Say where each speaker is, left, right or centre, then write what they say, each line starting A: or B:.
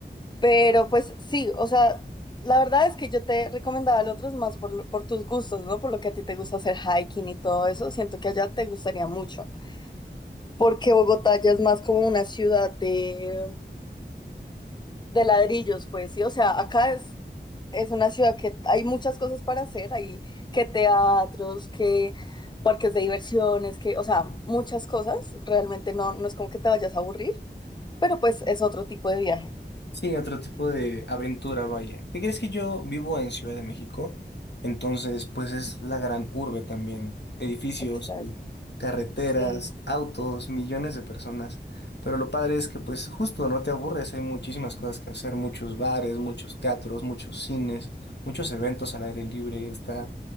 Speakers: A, on the left; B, on the left.
A: Pero pues sí, o sea, la verdad es que yo te recomendaba al otros más por, lo- por tus gustos, ¿no? Por lo que a ti te gusta hacer hiking y todo eso. Siento que allá te gustaría mucho. Porque Bogotá ya es más como una ciudad de, de ladrillos, pues sí. O sea, acá es Es una ciudad que hay muchas cosas para hacer, hay que teatros, que parques de diversiones, que, o sea, muchas cosas. Realmente no, no es como que te vayas a aburrir, pero pues es otro tipo de viaje.
B: Sí, otro tipo de aventura, vaya. ¿Qué crees que yo vivo en Ciudad de México? Entonces, pues es la gran urbe también. Edificios,
A: Exacto.
B: eh, carreteras,
A: Sí,
B: autos, millones de personas. Pero lo padre es que pues justo no te aburres, hay muchísimas cosas que hacer, muchos bares, muchos teatros, muchos cines, muchos eventos al aire libre. Está